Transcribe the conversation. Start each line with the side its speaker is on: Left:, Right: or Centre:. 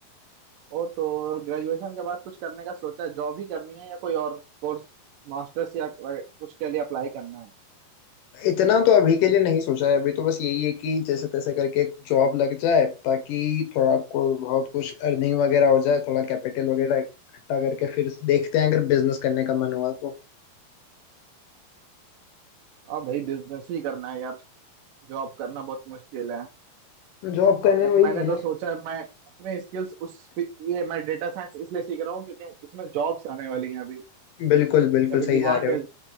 Right: ओ तो ग्रेजुएशन के बाद कुछ करने का सोचा है जॉब ही करनी है या कोई और कोर्स मास्टर्स या कुछ के लिए अप्लाई करना है
Left: इतना तो अभी के लिए नहीं सोचा है अभी तो बस यही है कि जैसे तैसे करके एक जॉब लग जाए ताकि थोड़ा को बहुत कुछ अर्निंग वगैरह हो जाए थोड़ा कैपिटल वगैरह इकट्ठा करके फिर देखते हैं अगर बिजनेस करने का मन हुआ तो
Right: हाँ भाई बिजनेस ही करना है यार जॉब करना बहुत मुश्किल है
Left: जॉब करने
Right: लेकिन
Left: वही
Right: मैंने
Left: है
Right: तो
Left: ना
Right: सोचा है, मैं अपने स्किल्स उस ये मैं डेटा साइंस इसलिए सीख रहा हूँ क्योंकि उसमें जॉब्स आने वाली हैं अभी
Left: बिल्कुल बिल्कुल
Right: अभी
Left: सही
Right: डिमांड
Left: जा रहे हो
Right: है